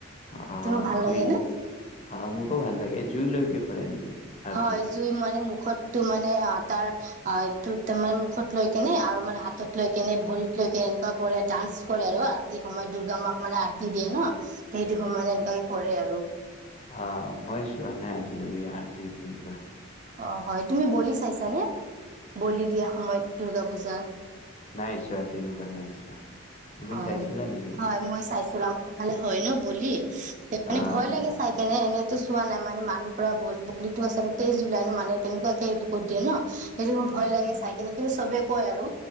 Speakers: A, on the left (about 30°); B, on the right (about 35°).
A: অঁ
B: তোমাৰ ভাল
A: জুইত
B: লাগে নে?
A: অঁ মোকো ভাল লাগে জুই লৈকে। হয় এ নেকি আৰতি
B: হয় জুই মানে মুখতো মানে অঁ তাৰ অঁ এইটো তোমাৰে মুখত লৈ কেনে আৰু মানে হাতত লৈ কেনে ভৰিত কে এনেকুৱা কৰে ডান্স কৰে আৰু আৰ্তি সময়ত দুৰ্গা মাক মানে আৰ্তি দিয়ে ন।। সেইটো সময়ত এনেকে কৰে আৰু।
A: আহ মই চোৱা নাই আজিলৈকে আধ তিনিবা।
B: অঁ হয় তুমি বলি চাইছানে বলি দিয়া সময়ত দূৰ্গা পূজা
A: নাই‌ চোৱা, তেনেকৈ নাই চোৱা তুমি
B: হয়
A: চাইছিলা নেকি?
B: হয় মই চাইছো খালে হয় ন বলি মানে
A: আহ
B: ভয় লাগে চাই কেনে এনে চোৱা নাই মানে মানুহৰ পৰা ভ বলিো আ নে তেইছ জুলাই নো মানে তেনেকুৱাকে হেৰি কৰি দিয়ে ন সেইটো মোৰ ভয় লাগে চাই কিনে কিন্তু চবে কয় আৰু